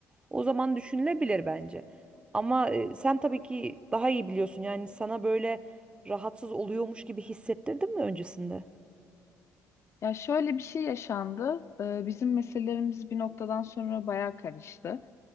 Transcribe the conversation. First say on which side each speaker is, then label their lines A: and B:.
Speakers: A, on the right; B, on the left.
A: O zaman düşünülebilir bence. Ama e, sen tabii ki daha iyi biliyorsun. Yani sana böyle rahatsız oluyormuş gibi hissettirdin mi öncesinde?
B: Ya şöyle bir şey yaşandı. Ee, bizim meselelerimiz bir noktadan sonra bayağı karıştı.